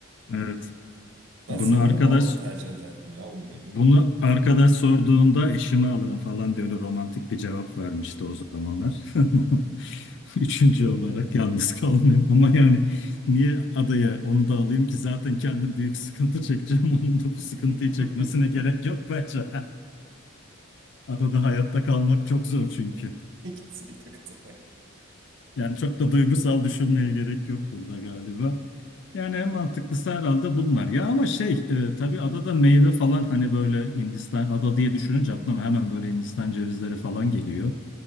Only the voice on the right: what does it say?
Ben
sanırım
balta tercih ederdim ya onun yerine.
<laughs>
Kesinlikle katılmak.